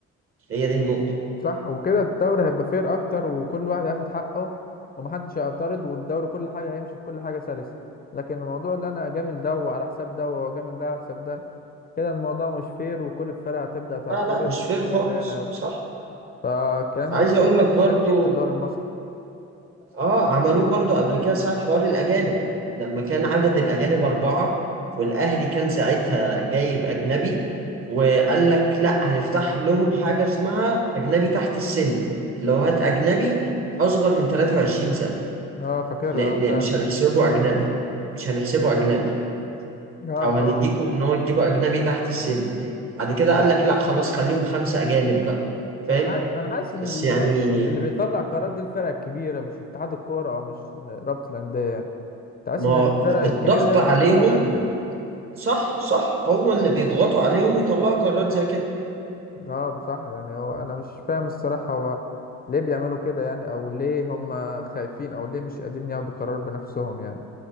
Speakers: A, on the right; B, on the left.
A: هي دي النقطه
B: صح وكده الدوري هيبقى فير اكتر وكل واحد هياخد حقه ومحدش هيعترض والدوري كل حاجه هيمشي بكل حاجه سلسه لكن الموضوع اللي انا اجامل ده على حساب ده واجامل ده على حساب ده كده الموضوع مش فير وكل الفرق هتبدا تعترض
A: لا لا مش
B: واشمعنى
A: فير خالص
B: انا و...
A: صح
B: فالكلام
A: عايز
B: ده الصراحه
A: اقول لك
B: شفناه
A: برضو
B: كتير في الدوري المصري
A: اه عملوه برضو قبل كده ساعة حوار الأجانب لما كان عدد الأجانب أربعة والأهلي كان ساعتها جايب أجنبي وقال لك لا هنفتح لهم حاجة اسمها أجنبي تحت السن اللي هو هات أجنبي أصغر من 23 سنة
B: اه فاكرها
A: ن
B: اه
A: ن
B: فعلا
A: مش هنحسبه أجنبي مش هنحسبه أجنبي
B: اه
A: أو
B: فا
A: هنديكوا إن هو تجيبه أجنبي تحت السن
B: مم.
A: بعد كده قال لك لا خلاص خليهم خمسة أجانب بقى
B: انا
A: فاهم
B: حاسس انا حاسس ان
A: بس
B: اللي
A: يعني
B: ما... اللي بيطلع قرارات دي الفرق الكبيره مش اتحاد الكوره او مش رابطه الانديه يعني تحس
A: ما
B: ان
A: هو
B: الفرق
A: بالضغط
B: الكبيره هي اللي
A: عليهم
B: بتطلع الانديه
A: صح صح هو اللي بيضغطوا عليهم يطلعوا قرارات زي كده
B: اه صح يعني هو انا مش فاهم الصراحة هو ليه بيعملوا كده يعني او ليه هم خايفين او ليه مش قادرين ياخدوا قرار بنفسهم يعني